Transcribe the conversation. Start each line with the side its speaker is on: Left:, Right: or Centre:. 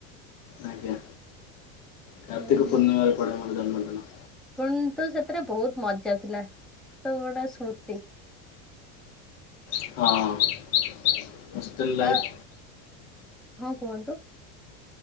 Left: ଆଜ୍ଞା। କାର୍ତ୍ତିକ
Centre: ହୁଁ ହୁଁ
Left: ପୂର୍ଣ୍ଣିମାରେ ପଡ଼େ ମୋର ଜନ୍ମଦିନ।
Centre: କିନ୍ତୁ ସେଥିରେ ବହୁତ ମଜା ଥିଲା। ତ ଗୋଟେ ସ୍ମୃତି।
Left: ହଁ। ହଷ୍ଟେଲ
Centre: ତା
Left: ଲାଇଫ୍
Centre: ହଁ କୁହନ୍ତୁ?